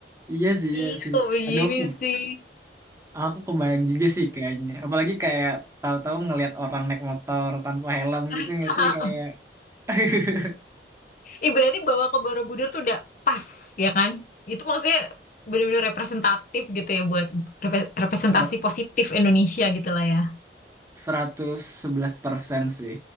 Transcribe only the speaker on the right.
Iya sih,
iya sih.
Aduh, aku,
aku kebayang juga sih kayaknya. Apalagi kayak tahu-tahu ngelihat orang naik motor tanpa helm
gitu nggak sih kayak <laughs>
Ser-
111% sih